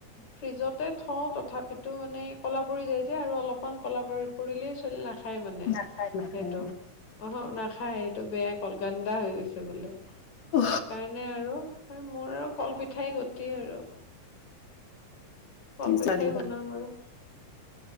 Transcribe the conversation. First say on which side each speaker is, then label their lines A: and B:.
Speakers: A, on the left (about 60°); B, on the left (about 80°).
A: ফ্ৰিজতে থওঁ তথাপিতো মানে ক'লা পৰি যায় যে আৰু অলপমান ক'লা পৰি পৰিলেই ছোৱালী নাখা খাই মানে
B: নাখায় নাখায়
A: সেইটো অ হ না খাই এইটো বেয়া কল, গন্দা হৈ গৈছে বোলে।
B: অ
A: সেইকাৰণে আৰু, মোৰ আৰু কলপি সেয়াই গতি আৰু। কল
B: কি
A: পিঠাই
B: চাহ দিবা
A: বনাম আৰু